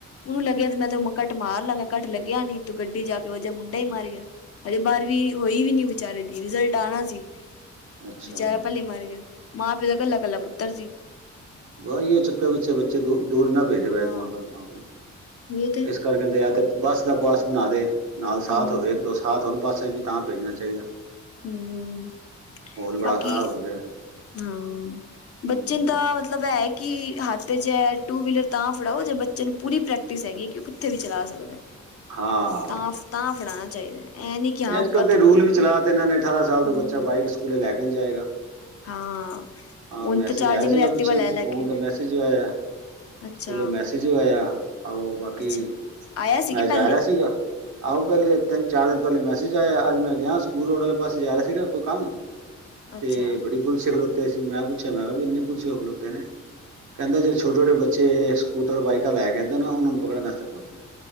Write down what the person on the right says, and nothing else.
ਅੱਛਾ
ਵਈ ਅਇਓ ਚੱਕਰ ਪਿੱਛੇ ਬੱਚੇ ਦੁ ਦੂਰ ਨੀ ਨਾ ਭੇਜਦੇ ਪਏ
ਮਾਂ-ਬਾਪ, ਮਾਂ ਪਿਓ।
ਇਸ ਕਰ ਕਹਿੰਦੇ ਯਾ ਤੇ ਬੱਸ ਦਾ ਪਾਸ ਬਨਾ ਦੇ ਨਾਲ ਸਾਥ
ਹੋਵੇ ਇੱਕ ਦੋ ਸਾਥ ਤੁਹਾਨੂੰ ਬਸ ਵਿੱਚ ਵੀ ਤਾਂ ਭੇਜਨਾ ਚਾਈਦਾ।
ਬੜਾ
ਖ਼ਰਾਬ ਹੋ ਰਿਹਾ
ਹੂੰ
ਹਾਂ,
ਨਈ ਅੱਜ-ਕੱਲ੍ਹ
ਤੇ
ਰੂਲ ਵੀ ਚਲਾਾ ਤੇ ਏਨਾਂ ਨੇ, ਅਠਾਰਾਂ ਸਾਲ ਤੋਂ
ਬੱਚਾ ਬਾਈਕ ਸਕੂਲੇ ਲੈ ਕੇ ਨੀ ਜਾਏਗਾ।
ਹਾਂ,
ਮੈਸੇਜ
ਆਇਆ ਸੀਗਾ
ਪਿੱਛੇ
ਫੋਨ
ਤੇ ਮੈਸੇਜ ਜੋ ਆਇਆ,
ਸਕੂਲੋਂ ਮੈਸੇਜ ਜੋ ਆਇਆ। ਆਹੋ, ਬਾਕੀ
ਮੈਂ
ਜਾ
ਰਿਹਾ ਸੀਗਾ। ਆਹੋ, ਪਹਿਲੇ ਤਿੰਨ-ਚਾਰ ਦਿਨ ਪਹਿਲੇ ਮੈਸੇਜ ਆਇਆ, ਅੱਜ ਮੈਂ ਗਿਆ ਸਕੂਲ ਰੋਡ ਵਾਲੇ ਪਾਸੇ, ਜਾ ਰਿਹਾ ਸੀਗਾ ਕੋਈ ਕੰਮ।
ਤੇ ਬੜੀ ਪੁਲਸੀਏ ਖਲੋਤੇ ਸੀ, ਮੈਂ ਪੁੱਛਿਆ, ਮੈਂ ਕਿਹਾ ਵੀ ਇੰਨੇ ਪੁਲਸੀਏ ਕਿਉਂ ਖਲੋਤੇ ਨੇ? ਕਹਿੰਦੇ ਜੇੜੇ ਛੋਟੇ-ਛੋਟੇ ਬੱਚੇ ਸਕੂਟਰ, ਬਾਈਕਾਂ ਲੈ ਕੇ ਆਂਦੇ ਓਨਾਂ ਨੂੰ ਪਕੜਨ ਆਸਤੇ ਖਲੋਤੇ ਨੇ।